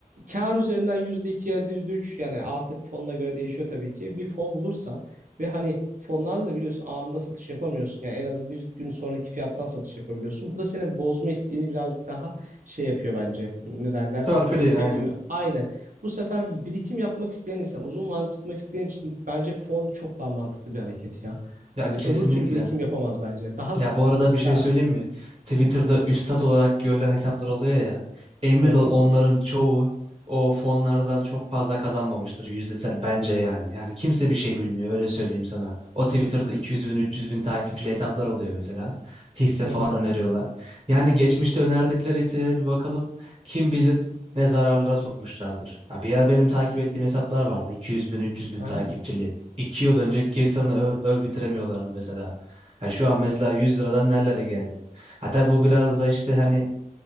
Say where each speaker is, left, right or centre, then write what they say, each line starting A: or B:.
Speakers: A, on the right; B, on the right.
A: kar üzerinden %2 ya da yüzde üç yani artık fonuna göre değişiyor tabii ki. Bir fon bulursan ve hani fonlarda da biliyorsun anında satış yapamıyorsun. Yani en azı bir gün sonraki fiyattan satış yapabiliyorsun. Bu da senin bozma isteğini birazcık daha şey yapıyor bence. Ne derler?
B: Törpülüyor
A: Öteliyor.
B: aynen.
A: Aynen. Bu sefer bir birikim yapmak isteyen insan, uzun vadede tutmak isteyen için bence fon çok daha mantıklı bir hareket ya.
B: Ya
A: Hani
B: kesinlikle.
A: öbür türlü birikim yapamaz bence. Daha
B: Ya bu arada bir şey
A: garanti.
B: söyleyeyim mi? Twitter'da
A: Hı hı.
B: üstat olarak görülen hesaplar oluyor ya. Emin
A: Hı hı.
B: ol onların çoğu o fonlardan çok fazla kazanmamıştır yüzdesel bence yani. Yani kimse bir şey bilmiyor öyle söyleyeyim sana. O Twitter'da 200 bin 300 bin takipçili hesaplar oluyor mesela. Hisse
A: Hı
B: falan
A: hı.
B: öneriyorlar. Yani geçmişte önerdikleri hisselere bir bakalım. Kim bilir ne zararlara sokmuşlardır. Ha, bir yer benim takip ettiğim hesaplar vardı. 200 bin 300 bin
A: Aha.
B: takipçili. 2 yıl önce Gesan'ı öv, öv bitiremiyorlardı mesela. Ha şu an mesela 100 liradan nerelere geldi? Ha tabii bu biraz da işte hani